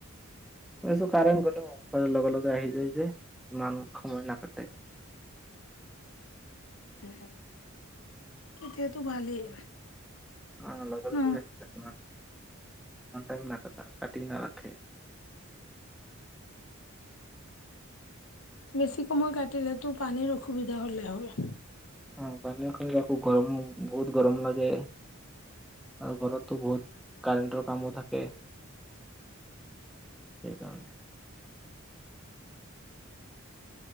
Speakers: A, in the centre; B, on the left.
A: মই কৈছোঁ কাৰেণ্ট গ'লেও অলপতে লগে লগে আহি যায় যে ইমান সময় নাকাটে
B: উ তেতিয়াতো ভালেই
A: অহ লগা লাগি
B: ন
A: আহি যাই ইমান টাইম নাকাটা কাটি নাৰাখে
B: বেছি সময় কাটিলেতো পানীৰ অসুবিধা হ'লে হয়
A: অহ পানী খালে আকৌ গৰম বহুত গৰম লাগে আৰু ঘৰতো বহুত কাৰেণ্টৰ কামো থাকে সেইকাৰণে